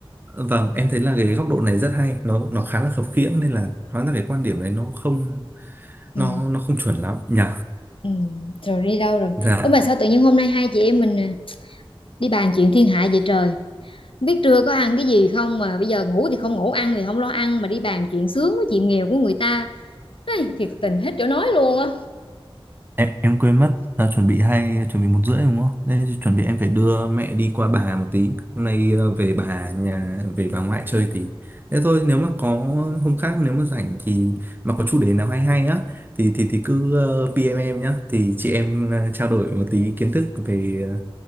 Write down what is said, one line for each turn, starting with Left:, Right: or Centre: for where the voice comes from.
Right: Vâng, em thấy là cái góc độ này rất hay, nó nó khá là khập khiễng nên là hóa ra cái quan điểm này nó không
Left: ừ,
Right: nó nó không chuẩn lắm nhỉ.
Left: ừ. rồi đi đâu rồi
Right: Dạ.
Left: ôi mà sao tự nhiên hôm nay hai chị em mình à, đi bàn chuyện thiên hạ vậy trời Không biết trưa có ăn cái gì không mà bây giờ ngủ thì không ngủ ăn thì không lo ăn mà đi bàn chuyện sướng với chuyện nghèo của người ta Ai, thiệt tình hết chỗ nói luôn á
Right: em em quên mất à, chuẩn bị hai chuẩn bị một rưỡi đúng không? Thế thì chuẩn bị em phải đưa mẹ đi qua bà một tí. Hôm nay ờ, về bà nhà về bà ngoại chơi tí. Thế thôi nếu mà có hôm khác nếu mà rảnh thì mà có chủ đề nào hay hay á thì thì thì cứ ờ, PM em em nhá. Thì chị em ờ, trao đổi một tí kiến thức về ờ,